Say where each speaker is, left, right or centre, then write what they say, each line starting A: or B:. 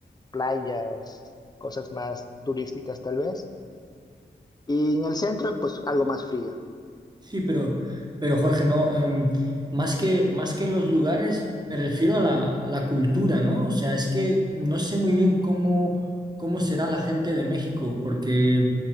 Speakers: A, on the left (about 20°); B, on the right (about 25°).
A: playas, cosas más turísticas tal vez. Y en el centro, pues algo más frío.
B: Sí, pero, pero Jorge, no, em, más que, más que los lugares, me refiero a la, la cultura, ¿no? O sea, es que no sé muy bien cómo, cómo será la gente de México, porque